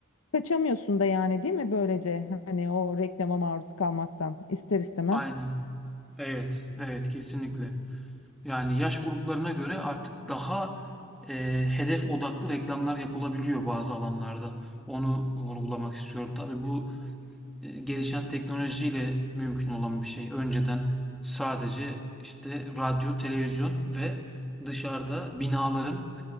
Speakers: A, on the left; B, in the centre.
A: kaçamıyorsun da yani değil mi böylece hani o reklama maruz kalmaktan ister istemez.
B: aynen. Evet, evet kesinlikle. Yani yaş gruplarına göre artık daha e, hedef odaklı reklamlar yapılabiliyor bazı alanlarda. Onu vurgulamak istiyorum. Tabii bu e, gelişen teknolojiyle mümkün olan bir şey. Önceden sadece işte radyo, televizyon ve dışarıda binaların